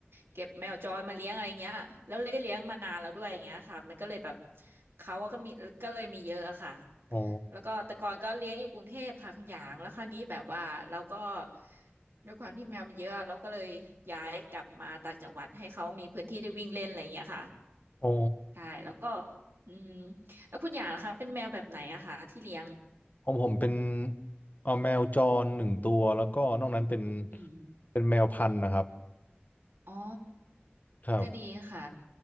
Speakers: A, on the right; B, on the left.
A: เก็บแมวจรมาเลี้ยงอะไรเงี้ยแล้วเลยได้เลี้ยงมานานแล้วด้วยอย่างเงี้ยค่ะมันก็เลยแบบเขาก็มีก็เลยมีเยอะอะค่ะ
B: ๆอ๋อ
A: แล้วก็แต่ก่อนก็เลี้ยงอยู่กรุงเทพค่ะคุณหยางแล้วคราวนี้แบบว่าเราก็ด้วยความที่แมวมันเยอะเราก็เลยย้ายกลับมาต่างจังหวัดให้เขามีพื้นที่ได้วิ่งเล่นอะไรเงี้ยค่ะ
B: อ๋อ
A: ใช่แล้วก็อืมแล้วคุณหยางนะคะเป็นแมวแบบไหนอะคะที่เลี้ยง
B: ของผมเป็นเอาแมวจรหนึ่งตัวแล้วก็นอกนั้นเป็น
A: อืม
B: เป็นแมวพันธุ์นะครับ
A: อ๋อ
B: ครับ
A: ก็ดีค่ะ